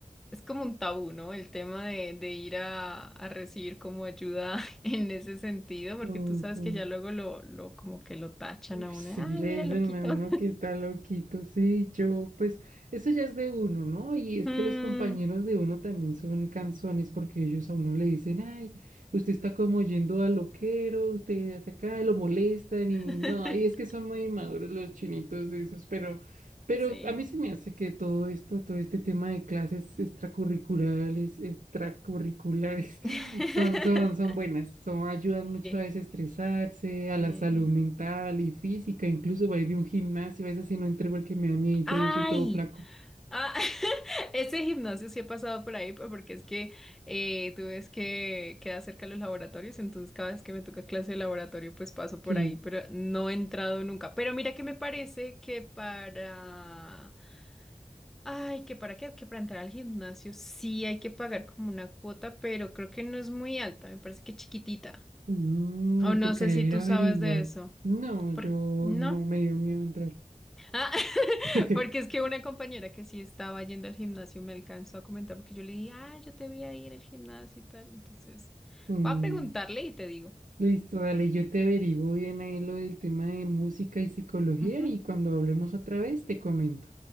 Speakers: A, in the centre; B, on the right (about 75°).
A: es como un tabú, ¿no? El tema de, de ir a, a recibir como ayuda <laughs> en ese sentido, porque
B: ujú.
A: tú sabes que ya luego lo, lo como que lo tachan a
B: Sí,
A: uno, ay,
B: le
A: mira,
B: dicen
A: el loquito.
B: a uno que está loquito, sí, yo, pues eso ya es de uno, ¿no? Y es
A: Mm,
B: que los compañeros de uno también son canzones porque ellos a uno le dicen, ay, usted está como yendo al loquero, usted hace acá, lo molestan y
A: <laughs>
B: no, y es que son muy maduros los chinitos esos, pero, pero
A: Sí.
B: a mí se me hace que todo esto, todo este tema de clases extracurriculares, extracurriculares.
A: <laughs>
B: Son, son, son buenas, son, ayudan mucho a desestresarse,
A: Sí.
B: a
A: sí.
B: la salud mental y física, incluso va a ir a un gimnasio, a veces si no entro porque me da miedo,
A: Ay,
B: yo soy todo flaco.
A: Ah, <laughs> ese gimnasio sí he pasado por ahí, pues, porque es que eh, tú ves que queda cerca de los laboratorios, entonces cada vez que me toca clase de laboratorio, pues paso por
B: Sí,
A: ahí, pero no he entrado nunca. Pero mira que me parece que para... Ay, que para qué, que para entrar al gimnasio sí hay que pagar como una cuota, pero creo que no es muy alta, me parece que chiquitita.
B: Mm,
A: O
B: me
A: no
B: tocaría
A: sé si
B: ir
A: tú
B: a averiguar.
A: sabes de eso.
B: No, yo
A: ¿Por... ¿No?
B: no me dio miedo entrar.
A: Ah, <laughs>
B: <laughs>
A: porque es que una compañera que sí estaba yendo al gimnasio me alcanzó a comentar porque yo le dije, ay, yo te vi ahí en el gimnasio y tal. Entonces,
B: Mm,
A: voy a preguntarle y te digo.
B: listo, dale, yo te averiguo bien ahí lo del tema de música y psicología
A: Ujú,
B: y cuando hablemos otra vez te comento.